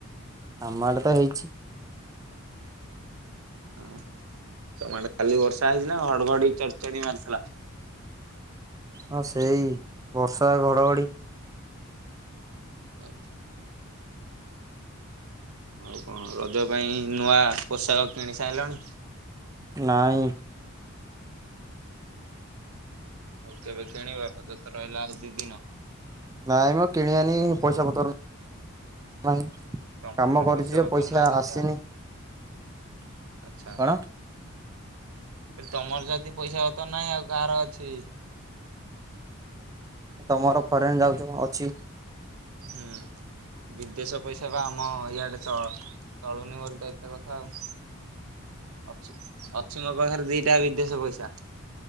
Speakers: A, on the right (about 15°); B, on the right (about 85°).
A: ଆମ ଆଡେ ତ ହେଇଛି।
B: ହଁ ତମର କାଲି ବର୍ଷା ହେଇଛି ନା ଘଡଘଡି ଚଢ ଚଢ ମାରିଥିଲା?
A: ହଁ ସେଇ ବର୍ଷା ଘଡଘଡି।
B: ଆଚ୍ଛା। ଆଉ କଣ ରଜ ପାଇଁ ନୂଆ ପୋଷାକ କିଣି ସାରିଲଣି?
A: ନାଇଁ
B: ଆଉ କେ। ବେ କିଣିବ ରଜତେ ରହିଲା ଆଉ ଦି ଦିନ
A: ନାଇଁ ମୁଁ କିଣ ଆନି ପଇସା ପତ୍ର ନାହିଁ।
B: ତମର
A: କାମ କରୁଛିୁ ଯେ
B: ପତର
A: ପଇସା
B: ନାହିଁ ଯଦି
A: ଆସିନି
B: ଆଉ
A: କଣ?
B: ଆଚ୍ଛା ତମର ଯଦି ପଇସା ହ ତ ନାଇ ଆଉ କାହାର ଅଛି।
A: ତମର ଫରେନ ଯାଉଛ ଅଛି।
B: ହୁଁ ବିଦେଶ ପଇସା ବା ଆମ ଇଆଡେ ଚଳୁନି ବୋଲିଟେ ଏତେ କଥା ଆଉ। ଅଛି ଅଛି ମୋ ପାଖରେ ଦିଟା ବିଦେଶ ପଇସା।